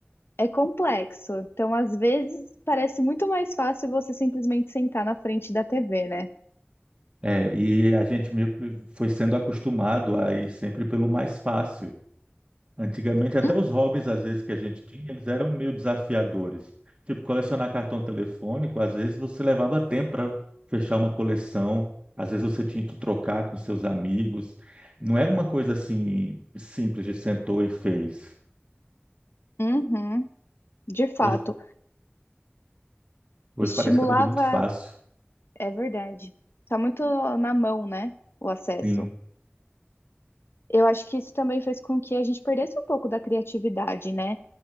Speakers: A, on the left; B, on the right.
A: É complexo. Então, às vezes, parece muito mais fácil você simplesmente sentar na frente da TV, né?
B: É, e a gente meio que foi sendo acostumado a ir sempre pelo mais fácil. Antigamente, até
A: Hum?
B: os hobbies, às vezes, que a gente tinha, eles eram meio desafiadores. Tipo, colecionar cartão telefônico, às vezes você levava tempo para fechar uma coleção, às vezes você tinha que trocar com seus amigos. Não era uma coisa assim simples de sentou e fez.
A: Uhum, de fato.
B: Hoje, hoje
A: Estimulava,
B: parece que é tudo muito fácil.
A: é verdade. Tá muito na mão, né? O acesso.
B: Sim.
A: Eu acho que isso também fez com que a gente perdesse um pouco da criatividade, né?